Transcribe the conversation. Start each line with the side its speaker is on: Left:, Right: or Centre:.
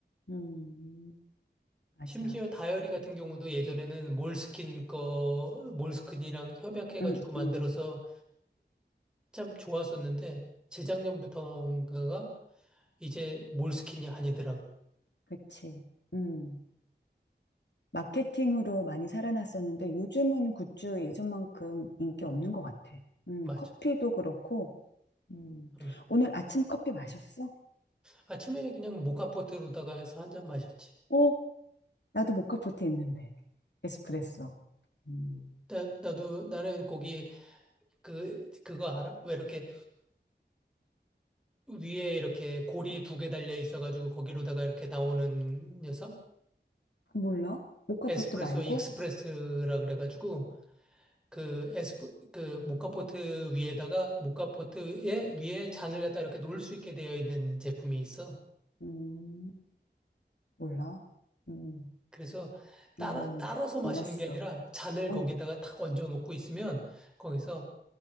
Left: 음, 맞아.
Centre: 심지어 다이어리 같은 경우도 예전에는 몰스킨 거, 몰스킨이랑 협약해가지고
Left: 음,
Centre: 만들어서
Left: 음.
Centre: 참 좋았었는데 재작년부터인가가 이제 몰스킨이 아니더라고.
Left: 그치. 음. 마케팅으로 많이 살아났었는데 요즘은 굿즈 예전만큼 인기 없는 것 같아. 음,
Centre: 맞아.
Left: 커피도 그렇고. 음.
Centre: 어.
Left: 오늘 아침 커피 마셨어?
Centre: 아침에 그냥 모카포트로다가 해서 한 잔 마셨지.
Left: 어, 나도 모카포트 있는데. 에스프레소. 음,
Centre: 나, 나도 나는 거기 그 그거 알아? 왜 이렇게 위에 이렇게 고리 두 개 달려 있어가지고 거기로다가 이렇게 나오는 녀석?
Left: 몰라? 모카포트
Centre: 에스프레소
Left: 말고?
Centre: 익스프레스라 그래가지고 그 에스프 그 모카포트 위에다가 모카포트에 위에 잔을 갖다 이렇게 놓을 수 있게 되어 있는 제품이 있어.
Left: 음. 몰라. 음.
Centre: 그래서 따라
Left: 음,
Centre: 따라서
Left: 몰랐어.
Centre: 마시는 게 아니라 잔을
Left: 어,
Centre: 거기다가 탁 얹어 놓고 있으면 거기서